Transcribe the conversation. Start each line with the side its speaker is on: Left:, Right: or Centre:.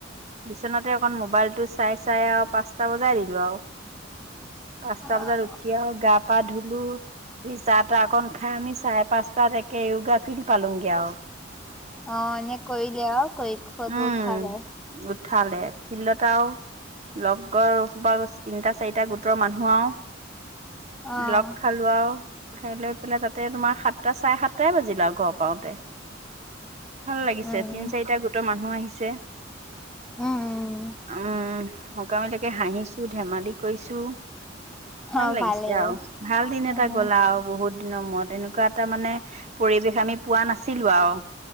Right: বিচনাতে অকণ মোবাইলটো চাই- চাই আৰু পাঁচটা বজাই দিলো আৰু। পাঁচটা
Centre: অ',
Right: বজাত উঠি আৰু গা পা ধুলো দুই চাহ তাহ অকন খাই আমি চাৰে পাঁচটাত। কে য়োগা ফিল্ড পালং গিয়।
Centre: অহ ', এনে কৈ লেও ক ফৰত
Right: উম
Centre: উঠা গায় <unintelligible>
Right: উঠালে ফিল্ডত আৰুও লগৰ সব তিনিটা চাৰিটা গোটৰ মানুহ আৰু।
Centre: অ',
Right: লগ খালো আৰু খাই লৈ পেলাই তাতে তোমাৰ সাতটা চাৰে সাতটাই বাজিলা আৰু ঘৰ পাওতে। ভাল লাগিছে
Centre: উম,
Right: তিন চাৰিটা গোটৰ মানুহ আহিছে। ছে।
Centre: উম, উম
Right: উম', সকামিলকে হাঁহিছো ধেমালি কৰিছো।
Centre: অ',
Right: ভাল লাগিছে
Centre: ভালেই
Right: আৰু ভাল দিন
Centre: উম,
Right: এটা গ'লা আৰু বহুত। ন মই তেনেকুৱা। তাৰ মানে পৰিৱেশ আমি পোৱা নাছিলো আৰু।